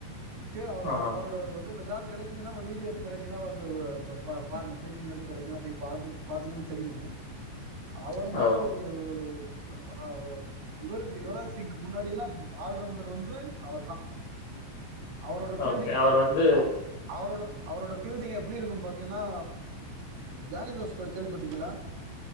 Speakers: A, on the right; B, on the left.
A: கே அவரோட
B: ஆ.
A: அவரோட இது ஏதாவது கிடைச்சதுனா வீடியோ எதும் கிடைச்சதுனா வந்து பா பாருங்க க்ளிப்பிங் எதும் கிடைச்சுதுனா போய் பாத்து பாத்தீங்கன்னா தெரியும் அவர்
B: ஓ!
A: மாதிரி ஒரு ஒரு <unintelligible> இவருக்கு யுவரா சிங் முன்னாடி எல்லாம் ஆல்ரவுண்டர் வந்து அவர் தா அவரோட ஃபீல்டிங்
B: ஓகே. அவர் வந்து
A: அ அவரோட அவரோட ஃபீல்டிங் எப்படி இருக்கும்னு பாத்தீங்கன்னா ஜானி ஜோஸ் கேள்விப்பட்ரிக்ங்கிளா